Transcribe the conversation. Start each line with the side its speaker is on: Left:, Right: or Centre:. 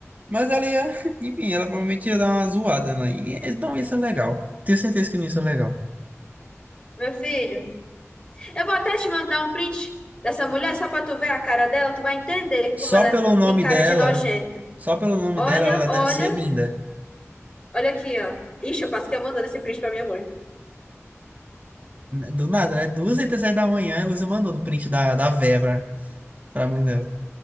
Right: Mas ela ia, <laughs> enfim, ela provavelmente ia dar uma zoada lá. E, então isso é legal. Tenho certeza que não isso é legal.
Left: Meu filho, eu vou até te mandar um print dessa mulher só pra tu ver a cara dela, tu vai entender
Right: Só
Left: como ela
Right: pelo nome
Left: tem cara
Right: dela,
Left: de nojenta.
Right: só pelo nome
Left: Olha,
Right: dela, ela
Left: olha,
Right: deve ser linda.
Left: olha aqui, ó. Ixi, eu quase que ia mandando esse print pra minha mãe.
Right: Do nada, né? Duas e 37 da manhã, a Luísa mandou no print da, da véia pra, pra mãe dela.